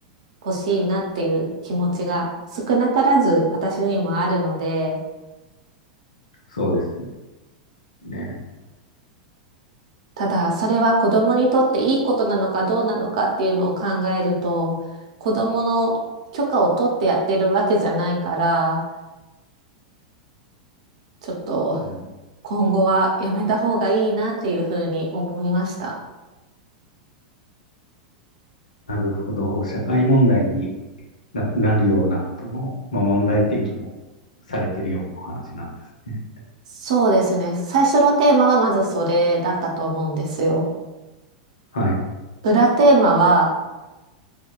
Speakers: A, on the right (about 65°); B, on the left (about 80°).
A: ほしいなっていう気持ちが少なからず私にもあるので、
B: そうですよね。
A: ただそれは子供にとっていいことなのかどうなのかっていうのを考えると、子供の許可を取ってやってるわけじゃないから、ちょっと
B: うん、
A: 今後はやめた方がいいなっていうふうに思いました。
B: なるほど。社会問題にな、なるようなことの、まあ、問題提起もされてるようなお話なんですね。
A: そうですね。最初のテーマはまずそれだったと思うんですよ。
B: はい。
A: 裏テーマは、